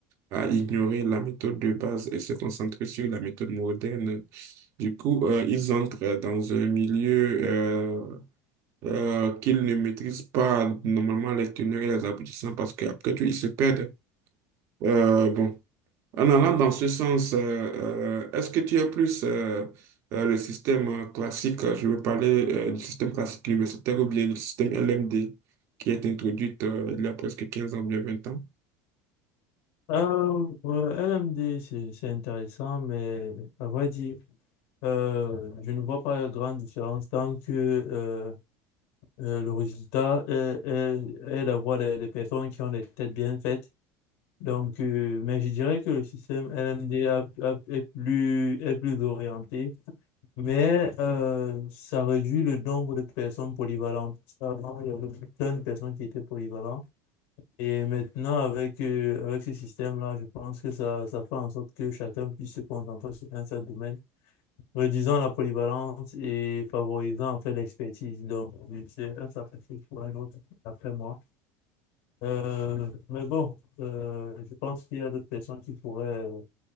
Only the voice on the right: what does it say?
à ignorer la méthode de base et se concentrer sur la méthode moderne. Du coup, euh, ils entrent euh, dans un milieu euh, euh, qu'ils ne maîtrisent pas normalement les teneurs et les aboutissants parce qu'après tout, ils se perdent. Euh, bon. En allant dans ce sens, euh, euh, est-ce que tu es plus euh, euh, le système euh, classique, euh, je veux parler euh, du système classique universitaire ou bien du système LMD qui est introduit euh, il y a presque quinze ans, bien vingt ans?